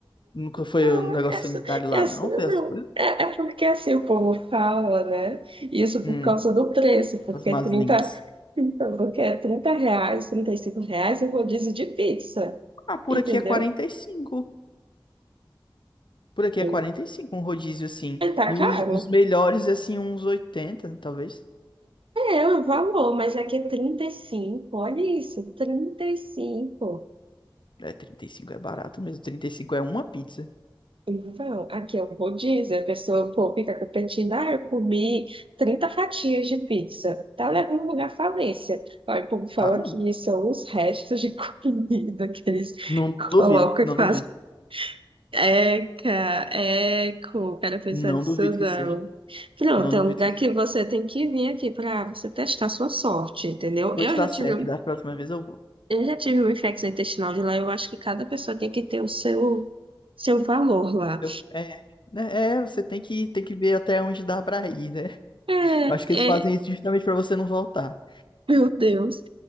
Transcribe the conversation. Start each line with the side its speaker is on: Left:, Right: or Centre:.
Left: Nunca foi
Right: Não,
Left: um negócio
Right: Essa,
Left: sanitário lá,
Right: essa
Left: não? Foi as
Right: não.
Left: coisas?
Right: É, é porque assim o povo fala, né? Isso por
Left: Hum,
Right: causa do preço, porque
Left: as más
Right: 30,
Left: línguas.
Right: então, porque é 30 reais, 35 reais é rodízio de pizza,
Left: Ah, por
Right: entendeu?
Left: aqui é 45. Por aqui
Right: Aí
Left: é 45 um rodízio assim.
Right: Tá
Left: E
Right: caro.
Left: os, os melhores, assim, uns 80 talvez.
Right: É, o valor, mas aqui é 35, olha isso, 35.
Left: É, 35 é barato mesmo. 35 é uma pizza.
Right: Então, aqui é o rodízio, a pessoa, pô, fica competindo, ah, eu comi 30 fatias de pizza, tá levando lugar à falência. Aí o povo fala
Left: Tá mesmo?
Right: que são os restos de <laughs> comida que eles
Left: Não duvido,
Right: colocam
Left: não
Right: e fazem.
Left: duvido.
Right: Eca, eco, cara pensar
Left: Não
Right: nisso
Left: duvido
Right: não.
Left: que seja.
Right: Pronto,
Left: Não duvido
Right: é um lugar
Left: que seja.
Right: que você tem que vir aqui para você testar sua sorte, entendeu?
Left: Pois
Right: Eu
Left: tá
Right: já tive
Left: certo, da próxima vez eu vou.
Right: Eu já tive uma infecção intestinal de lá, eu acho que cada pessoa tem que ter o seu, seu valor lá.
Left: Eu- é, né, é, você tem que, tem que ver até onde dá pra ir, né?
Right: É,
Left: Eu acho que eles fazem
Right: é,
Left: isso justamente pra você não voltar.
Right: meu Deus.